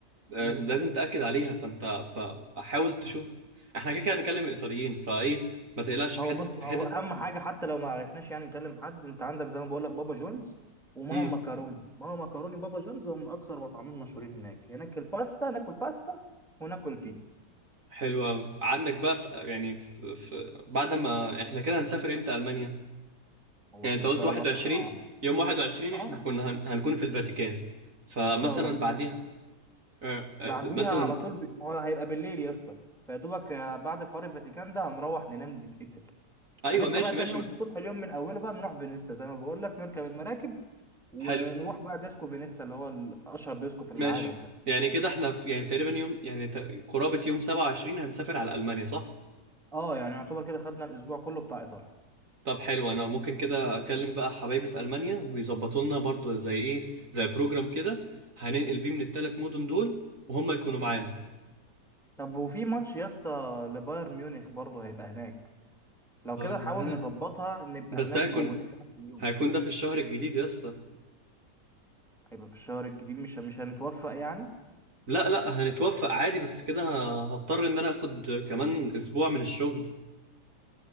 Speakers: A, on the right; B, in the centre.
A: آه،
B: مم.
A: لازم تاكد عليها فانت فحاول تشوف احنا كده كده هنتكلم الايطاليين فايه ما تقلقش
B: هو
A: في حته
B: بص
A: في
B: هو
A: حته
B: اهم حاجه حتى لو ما عرفناش يعني نكلم حد انت عندك زي ما بقول لك بابا جونز وماما
A: امم
B: مكروني ماما مكروني بابا جونز هم اكتر مطعمين مشهورين هناك هناك الباستا ناكل باستا وناكل بيتزا
A: حلوه أوي. عندك بقى في يعني في في بعد ما احنا كده هنسافر امتى المانيا
B: هو
A: يعني
B: احنا
A: انت
B: ان
A: قلت
B: شاء
A: 21
B: الله كده عن-
A: يوم 21
B: اه
A: احنا كنا هن... هنكون في الفاتيكان فمثلا
B: ان شاء الله باذن
A: بعديها
B: الله
A: آه،
B: بعديها
A: آه، مثلا
B: على طول ب... ما هو هيبقى بالليل يا اسطى فيا دوبك آه، بعد الحوار الفاتيكان ده هنروح ننام نتقتل
A: ايوه
B: هنصحى
A: ماشي
B: بقى تاني
A: ماشي
B: يوم الصبح اليوم من اوله بقى نروح فينيسا زي ما بقول لك نركب المراكب ونروح
A: حلو
B: بقى ديسكو فينيسا اللي هو ال- اشهر ديسكو في العالم
A: ماشي
B: ده
A: يعني كده احنا في يعني تقريبا يوم يعني ت- قرابة يوم 27 هنسافر على ألمانيا صح؟
B: اه يعني يعتبر كده خدنا الاسبوع كله بتاع ايطاليا
A: طب حلو انا ممكن كده اكلم بقى حبايبي في ألمانيا ويظبطوا لنا برضو زي ايه زي بروجرام كده هننقل بيه من الثلاث مدن دول وهم يكونوا معانا
B: مم. طب وفي ماتش يا اسطى لبايرن ميونخ برضه هيبقى هناك لو
A: بايرن
B: كده نحاول
A: ميونخ
B: نظبطها ان نبقى
A: بس
B: هناك
A: ده هيكون
B: موجودين في نفس اليوم
A: هيكون ده في الشهر الجديد يسا
B: هيبقى في الشهر الجديد مش مش هنتوفق يعني
A: لا لا هنتوفق عادي بس كده ه- هضطر ان انا اخد كمان اسبوع من الشغل